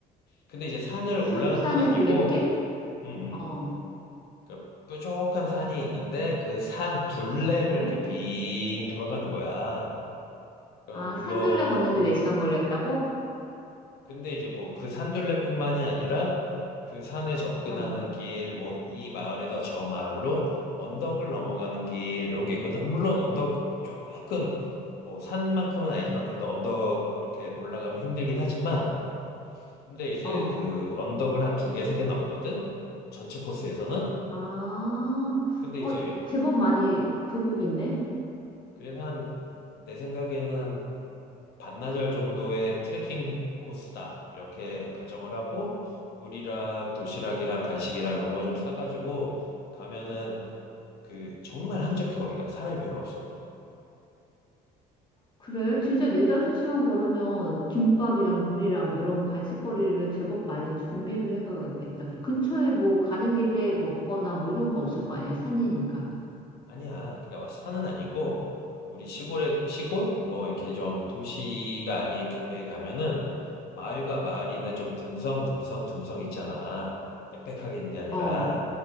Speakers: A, on the left (about 70°); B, on the left (about 25°).
A: 근데 이제 산을
B: 추읍산의
A: 올라가는 건 아니고
B: 둘레길?
A: 음, 음.
B: 어,
A: 그러니까 뾰족한 산이 있는데 그 산 둘레를
B: 어.
A: 이렇게 빙 돌아가는 거야. 그럼
B: 아,
A: 물론
B: 산둘레 걷는데 4시간 걸렸다고?
A: 근데 이제 뭐 그 산 둘레뿐만이 아니라 그 산에 접근하는
B: 어,
A: 길, 뭐 이 마을에서 저 마을로 언덕을 넘어가는 길 이런 게 있거든. 물론 언덕 조금 뭐 산만큼은 아니지만 그래도 언덕 이렇게 올라가면 힘들긴 하지만 근데 이제
B: 어.
A: 그 언덕을 한 두 개, 세 개 넘거든. 전체 코스에서는.
B: 아,
A: 근데
B: 어,
A: 이제
B: 제법 많이 굴곡 있네.
A: 그래서 한 내 생각에는 한 반나절 정도의 트레킹 코스다 이렇게 가정을 하고 물이랑 도시락이랑 간식이랑 이런 거 좀 싸가지고 가면은 그 정말 한적해 거기가 사람이 별로 없어.
B: 그래,
A: 응,
B: 진짜 4, 5시간 걸으면 김밥이랑
A: 응.
B: 물이랑 뭐 이런 간식거리를 제법 많이 준비를 해가야겠다. 근처에 뭐 가는 길에 먹거나 뭐 이런 거 없을 거 아니야, 산이니까.
A: 아니야. 그러니까 산은 아니고 우리 시골에 시골 뭐 이렇게 좀 도시가 아닌 교외에 가면은 마을과 마을이 있는데 좀 듬성 듬성 듬성 있잖아. 빽빽하게 있는 게 아니라
B: 어,